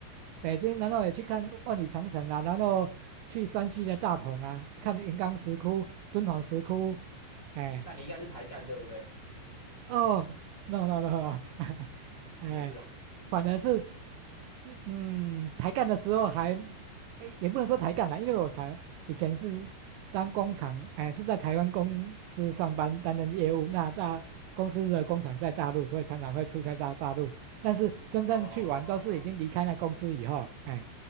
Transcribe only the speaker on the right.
北京，然后也去看万里长城啊，然后去山西的大同啊，看云冈石窟、敦煌石窟，哎。
哦，no no no <laughs> 哎，
反正是，嗯嗯，抬杠的时候还，哎，也不能说抬杠啦，因为我才以前是当工厂，哎，是在台湾公司上班担任业务，那大公司的工厂在大陆，所以常常会出差到大陆，但是真正去玩都是已经离开那公司以后，
哎，